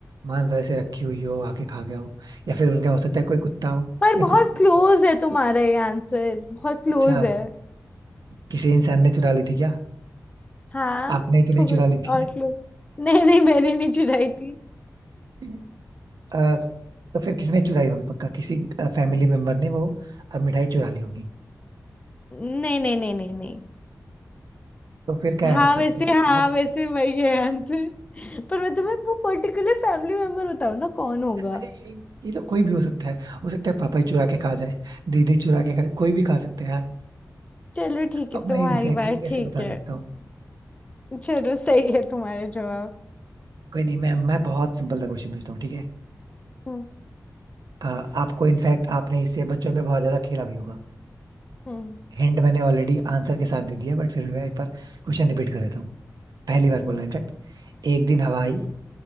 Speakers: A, on the right (about 80°); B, on the left (about 20°).
A: मान लो ऐसे रखी हुई हो आके खा गया हो या फिर उनका हो सकता है कोई कुत्ता हो
B: पर
A: नहीं
B: बहुत
A: कुत्ता
B: क्लोज है तुम्हारा ये आंसर बहुत क्लोज
A: अच्छा
B: है
A: किसी इंसान ने चुरा ली थी क्या
B: हाँ
A: आपने तो नहीं
B: थोड़ा
A: चुरा ली थी
B: और क्लोज नहीं नहीं मैंने नहीं चुराई थी
A: <laughs> अ, तो फिर किसने चुराई होगी पक्का किसी फैमिली मेंबर ने वो अ, मिठाई चुरा ली होगी
B: नहीं नहीं नहीं नहीं नहीं
A: तो फिर क्या
B: हाँ
A: है आंसर
B: वैसे
A: फिर
B: हाँ
A: बताओ आप
B: वैसे वही है आंसर पर मतलब मैं तुम्हें वो पर्टिकुलर फैमिली मेंबर बताऊँ ना कौन होगा
A: अरे ये ये तो कोई भी हो सकता है हो सकता है पापा ही चुरा के खा जाए दीदी चुरा के खाए कोई भी खा सकता है यार
B: चलो ठीक है
A: अब
B: तुम्हारी
A: मैं एग्जैक्टली
B: बात
A: exactly कैसे
B: ठीक
A: बता
B: है
A: सकता हूँ
B: चलो सही है तुम्हारा जवाब
A: कोई नहीं मैं मैं बहुत सिंपल सा क्वेश्चन पूछता हूँ ठीक है
B: हम्म
A: अ, आपको इनफैक्ट आपने इससे बच्चों में बहुत ज्यादा खेला भी होगा
B: हम्म
A: हिंट मैंने ऑलरेडी आंसर के साथ दे दिया बट फिर मैं एक बार क्वेश्चन रिपीट कर देता हूँ पहली बार
B: हम्म
A: बोला इनफैक्ट एक दिन हवा आई